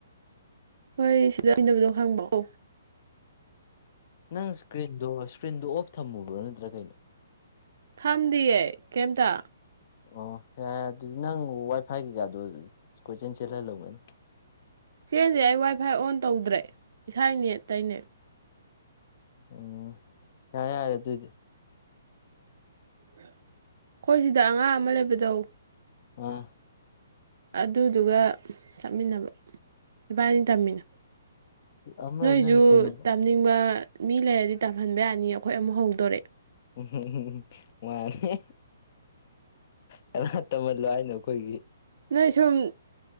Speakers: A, on the right; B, on the left.
A: ꯍꯣꯏ ꯁꯤꯗ ꯍꯕꯗꯣ ꯈꯪꯕ ꯀꯥꯎ
B: ꯅꯪ ꯏꯁꯀ꯭ꯔꯤꯟꯗꯣ ꯏꯁꯀ꯭ꯔꯤꯟꯗꯣ ꯑꯣꯐ ꯊꯝꯃꯨꯕ꯭ꯔꯣ ꯅꯠꯇ꯭ꯔꯥ ꯀꯩꯅꯣ
A: ꯊꯝꯗꯤꯌꯦ ꯀꯩꯝꯇ
B: ꯑꯣ ꯌꯥꯔꯦ ꯑꯗꯨꯗꯤ ꯅꯪ ꯋꯥꯏ ꯐꯥꯏ ꯀꯩꯀꯥꯗꯣ ꯀꯣꯏꯆꯦꯜ ꯆꯦꯜꯍꯜ ꯂꯧꯒꯅꯤ
A: ꯆꯦꯟꯗꯤ ꯑꯩ ꯋꯥꯏ ꯐꯥꯏ ꯑꯣꯟ ꯇꯧꯗ꯭ꯔꯦ ꯏꯁꯥꯅꯦ ꯑꯇꯩꯅꯦ
B: ꯎꯝ ꯌꯥ ꯌꯥꯔꯦ ꯑꯗꯨꯏꯗꯤ
A: ꯑꯩꯈꯣꯏ ꯁꯤꯗ ꯑꯉꯥꯡ ꯑꯃ ꯂꯩꯕꯗꯧ
B: ꯑ
A: ꯑꯗꯨꯗꯨꯒ ꯆꯠꯃꯤꯟꯅꯕ ꯏꯕꯥꯅꯤ ꯇꯝꯃꯤꯅꯨ
B: ꯑꯃ
A: ꯅꯣꯏꯁꯨ
B: ꯅꯪ ꯀꯩꯅꯣ
A: ꯇꯝꯅꯤꯡꯕ ꯃꯤ ꯂꯩꯔꯗꯤ ꯇꯝꯍꯟꯕ ꯌꯥꯅꯤ ꯑꯩꯈꯣꯏ ꯑꯃꯨꯛ ꯍꯧꯗꯣꯔꯛꯑꯦ
B: ꯎ ꯋꯥꯅꯦ ꯀꯅꯥ ꯇꯝꯍꯜꯂꯣ ꯍꯥꯏꯅꯣ ꯑꯩꯈꯣꯏꯒꯤ
A: ꯅꯣꯏ ꯁꯨꯝ